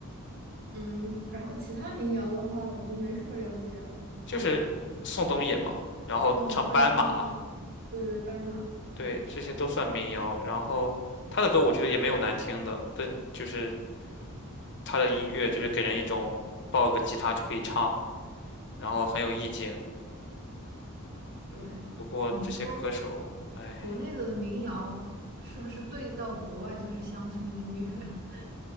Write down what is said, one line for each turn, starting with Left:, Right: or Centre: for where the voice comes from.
Right: 嗯，然后其他民谣的话，我都没什么了解了。
Left: 就是宋冬野嘛，然后唱《斑马》，
Right: 哦，对，宋冬对对，斑马，
Left: 对，这些都算民谣。然后她的歌我觉得也没有难听的，但就是她的音乐就是给人一种抱个吉他就可以唱，然后很有意境。
Right: 对。
Left: 嗯，不过这些歌手，
Right: 你说国
Left: 哎。
Right: 国内的民谣和是不是对到国外就是乡村音乐？<laughs>